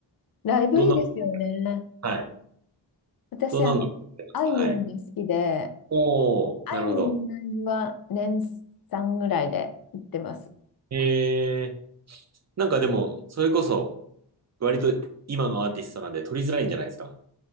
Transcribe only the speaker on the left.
ライブいいですよね。
私、
あの、あいみょんが好きで、
あいみょんのライブは年3ぐらいで行ってます。